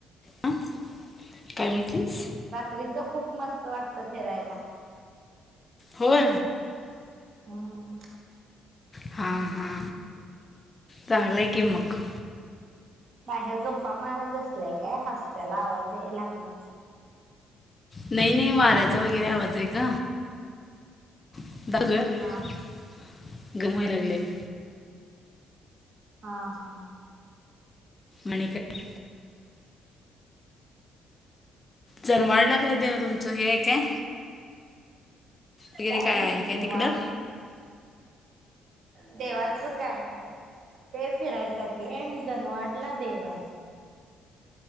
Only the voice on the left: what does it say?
हां काय म्हटलीस
होय
हा हा चांगलंय की मग
नाही नाही वाऱ्याचा वगैरे आवाज आहे ग <unintelligible>
गरम व्हायलागलय
आणि काय जनवाडला काय देव तुमचं हे आहे काय वगैरे
आहे
तिकडं